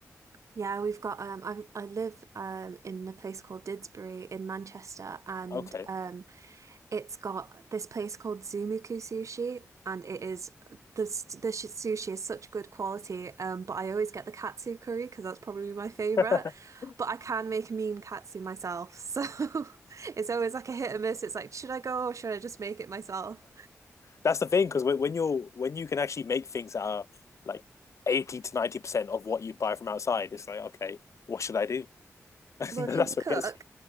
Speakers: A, on the right (about 65°); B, on the left (about 60°).
A: Yeah, we've got um I I live um in a place called Didsbury in Manchester and
B: Okay.
A: um it's got this place called Zumuku Sushi and it is the s- the sh- sushi is such good quality um but I always get the katsu curry because that's probably my favorite
B: <laughs>
A: but I can make mean katsu myself so <laughs> it's always like a hit or miss it's like should I go or should I just make it myself?
B: That's the thing, because when, when you're when you can actually make things that are like 80 to 90% of what you'd buy from outside, it's like, okay, what should I do? <laughs>
A: Well,
B: That's
A: can you
B: what
A: cook?
B: gets